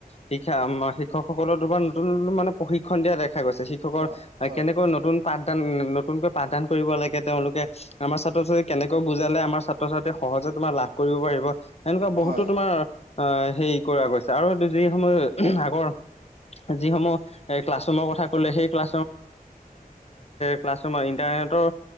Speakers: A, on the left (about 45°); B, on the right (about 75°).
A: শিক্ষা শিক্ষকসকলৰ তোমাৰ নতুন, নতুন মানে প্ৰশিক্ষণ দিয়া দেখা গৈছে, শিক্ষকৰ
B: হয় হয়
A: কেনে কৌ নতুন পাঠদান নতুনকৈ পাঠদান কৰিব লাগে তেওঁলোকে। আমাৰ ছাত্ৰ-ছাত্ৰী কেনেকৈ বুজালে আমাৰ ছাত্ৰ-ছাত্ৰীয়ে সহজে তোমাৰ লাভ কৰিব পাৰিব, এনেকুৱা বহুতো
B: হয়
A: তোমাৰ অ', হেৰি কৰা গৈছে আৰু এই যি সমূহ
B: হয়
A: আগৰ যিসমূহ এ ক্লাছৰৰুমৰ কথা ক'লে সেই ক্লাছ ক্লাছৰুমত ইণ্টাৰনেটৰ